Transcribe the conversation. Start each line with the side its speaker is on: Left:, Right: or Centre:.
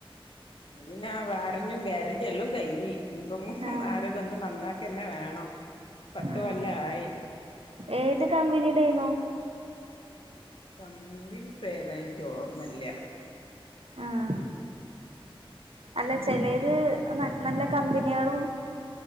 Left: ഇത്‌ പിന്നെ വാറൻ്റീം ഗ്യാരൻ്റീ എല്ലം കഴിഞ്ഞ് ഞ്ഞിപ്പം
Right: ആഹ്
Left: ആരേം വന്ന് നന്നാക്കെന്നെ വേണം പത്ത്
Right: ആഹ്
Left: കൊല്ലായി
Right: ഏത് കമ്പനിയുടേന്നു
Left: കമ്പിനിപ്പേതാ ഇനിക്ക് ഓർമ്മല്ല്യ
Right: ആഹ് അല്ല ചെലേത് ന്ന നല്ല കമ്പിനിയേളും